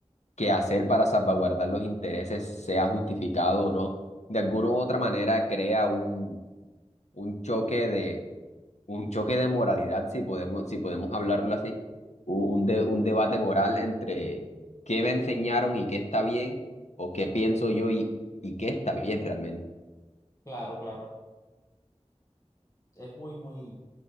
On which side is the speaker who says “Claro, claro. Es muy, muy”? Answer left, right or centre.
Left